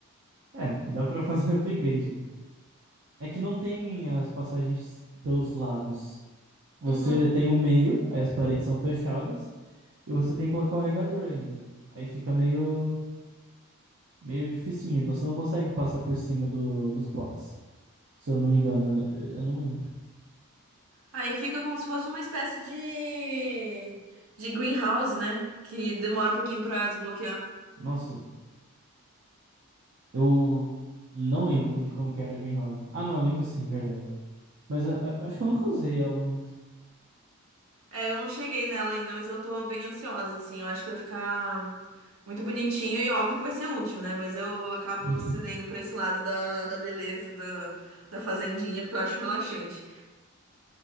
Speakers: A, on the right; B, on the right.
A: É, dá para fazer <laughs> upgrade. É que não tem as passagens pelos lados. Você
B: Uhum.
A: tem o meio, aí as paredes são fechadas, e você tem que colocar o regador ainda. Aí fica meio meio dificinho. e Você não consegue passar por cima do, dos potes, se eu não me engano. Eu, eu não lembro.
B: Aí fica como se fosse uma espécie de, de greenhouse, né? Que demora um pouquinho pra desbloquear.
A: Nossa, eu não lembro de como que era a Greenhouse. Ah, não, lembro sim, verdade. Mas a- a- acho que eu nunca usei ela muito.
B: É, eu não cheguei nela ainda, mas eu tô bem ansiosa, assim. Eu acho que vai ficar muito bonitinho e óbvio que vai ser útil, né? Mas eu acabo
A: <laughs>
B: cedendo pra esse lado da, da beleza, da, da fazendinha, porque eu acho relaxante.